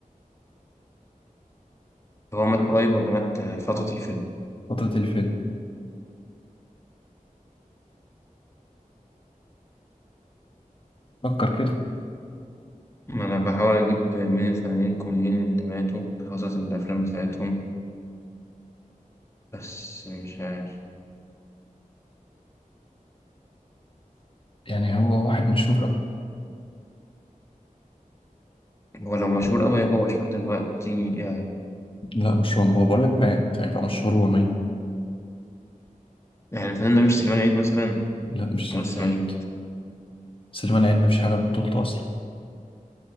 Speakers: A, on the left (about 20°); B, on the left (about 40°).
A: طب هو مات قريب ولا مات فترة الفيلم؟
B: فترة الفيلم فكر كده
A: ما أنا بحاول أجيب مين الفنانين الكوميديين اللي ماتوا في فترة الأفلام بتاعتهم بس مش عارف
B: يعني هو واحد مشهور أوي
A: هو لو مشهور أوي هيبقى مشهور دلوقتي يعني
B: لا مش هو هو بقول لك مات هيبقى مشهور هو ميت
A: يعني الفنان ده مش سليمان عيد مثلا
B: لا مش سليمان
A: ولا لسه
B: عيد
A: ما جه.
B: سليمان عيد ما فيش حاجة ببطولته أصلا